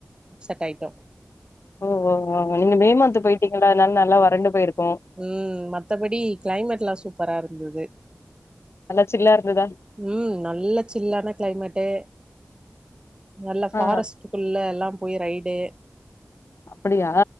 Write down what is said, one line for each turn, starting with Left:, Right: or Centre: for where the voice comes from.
Right: அப்செட் ஆய்ட்டோ
Left: ஓ ஓ நீங்க மே மன்த்து போய்ட்டீங்கல்ல அதுனால் நல்லா வறண்டு போயிர்க்கு
Right: ம் மத்தபடி க்ளைமெட்லா சூப்பரா இருந்தது
Left: நல்லா சில்லா இருந்துதா
Right: ம் நல்ல சில்லான க்ளைமெட்டு நல்ல ஃபாரஸ்ட்
Left: ஆ
Right: டுக்குள்ள எல்லா போய் ரைடு
Left: அப்டியா